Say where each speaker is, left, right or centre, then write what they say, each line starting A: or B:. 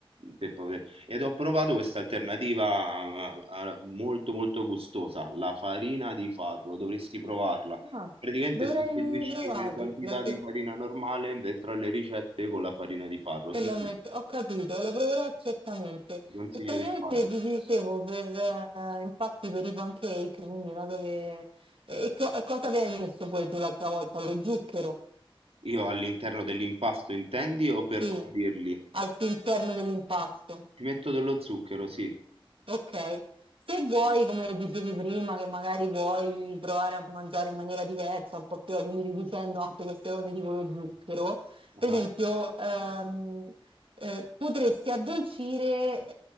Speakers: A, on the right (about 85°); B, on the right (about 65°).
A: per poter- Ed ho provato questa alternativa eh, eh, molto molto gustosa, la farina di farro, dovresti provarla.
B: Ah,
A: Praticamente
B: dovrei
A: sostituisci
B: provarla,
A: le quantità di
B: sì.
A: farina normale dentro alle ricette con la farina di farro.
B: E
A: Sì,
B: lo
A: sì.
B: metto, ho capito, lo proverò certamente.
A: Ti consiglio
B: E praticamente
A: di farlo.
B: ti dicevo, per, eh, infatti per i pancake, quindi dato che... E, co- e cosa avevi messo poi tu l'altra volta? Lo zucchero?
A: Io all'interno dell'impasto intendi o per
B: Sì,
A: condirli?
B: all'interno dell'impasto.
A: Ci metto dello zucchero, sì.
B: Ok, se vuoi, come dicevi prima, che magari puoi provare a mangiare in maniera diversa, un po' più, quindi riducendo anche queste cose tipo lo zucchero,
A: Ah.
B: per esempio, ehm, eh, potresti addolcire,